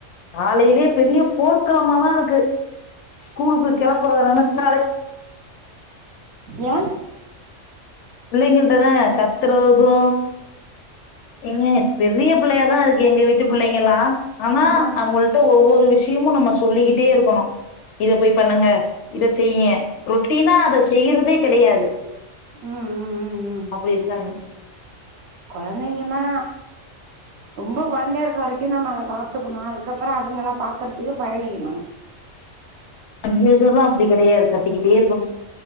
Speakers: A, on the left (about 70°); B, on the right (about 65°).
A: காலயிலயே பெரிய போர்க்களமா தா இருக்கு ஸ்கூலுக்கு கெளப்புறத நெனச்சாலே
B: ஏ
A: பிள்ளங்கள்ட்டதா கத்துறது ஏங்க பெரிய பிள்ளயாதா இருக்கு எங்க வீட்டு பிள்ளங்கல்லா ஆனா
B: ம்
A: அவங்கள்ட்ட ஒவ் ஒவ்வொரு விஷயமு நம்ம சொல்லிக்கிட்டே இருக்கணு இத போய் பண்ணுங்க இத செய்ங்க ரொட்டீனா அத செய்யறதே கிடையாது
B: ம் ம் ம் ம்
A: அப்டி எதுக்காக
B: கொழந்தைங்கன்னா ரொம்ப கொழந்தைய இருக்க வரைக்கு நம்ம அதை பாத்துக்கணு அதுக்கப்புறோ அதுங்க எல்லா பாக்குறதுக்கு பழகீணு
A: அங்கே இருதல்லா அப்டி கிடையாது கத்திகிட்டே இருக்கு